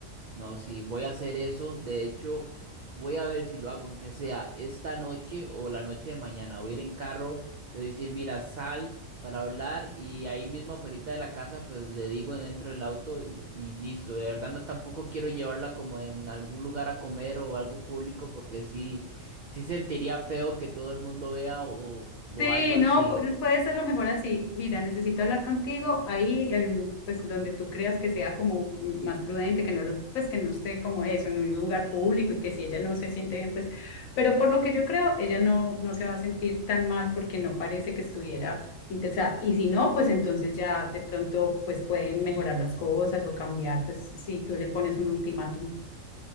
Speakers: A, on the right; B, on the left.
A: No, sí, voy a hacer eso. De hecho, voy a ver si lo hago, aunque sea esta noche o la noche de mañana. Voy a ir en carro, le voy a decir, mira, sal para hablar y ahí mismo afuera de la casa, pues le digo dentro del auto y, y listo. De verdad, no tampoco quiero llevarla como en algún lugar a comer o algo público porque sí, sí sentiría feo que todo el mundo vea o, o
B: Sí,
A: algo así.
B: no, pu- puede ser lo mejor así. Mira, necesito hablar contigo ahí, en, pues donde tú creas que sea como más prudente, que no lo, pues que no esté como eso, en un lugar público y que si ella no se siente bien, pues, pero por lo que yo creo, ella no, no se va a sentir tan mal porque no parece que estuviera interesada. Y si no, pues entonces ya de pronto, pues pueden mejorar las cosas o cambiar, pues si tú le pones un ultimátum.